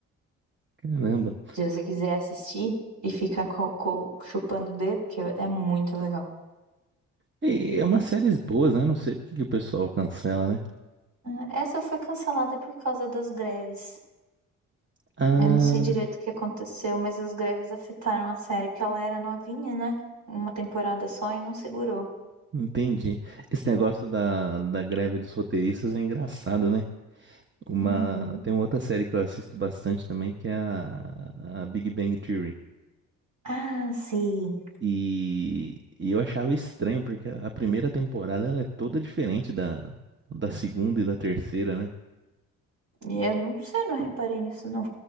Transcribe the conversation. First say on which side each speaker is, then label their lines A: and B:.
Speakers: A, on the right (about 30°); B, on the right (about 50°).
A: caramba.
B: Se você quiser assistir e ficar co- co- chupando o dedo, que é muito legal.
A: E é umas séries boas, né? Não sei por que que o pessoal cancela, né?
B: Ah, Essa foi cancelada por causa das greves.
A: Ah,
B: Eu não sei direito o que aconteceu, mas as greves afetaram a série, porque ela era novinha, né? Uma temporada só e não segurou.
A: entendi. Esse negócio da, da greve dos roteiristas é engraçado, né? Uma,
B: Uhum.
A: tem uma outra série que eu assisto bastante também, que é a, a Big Bang Theory.
B: Ah, sim.
A: E, e eu achava estranho, porque a a primeira temporada ela é toda diferente da, da segunda e da terceira, né?
B: Eu não sei, não reparei nisso, não.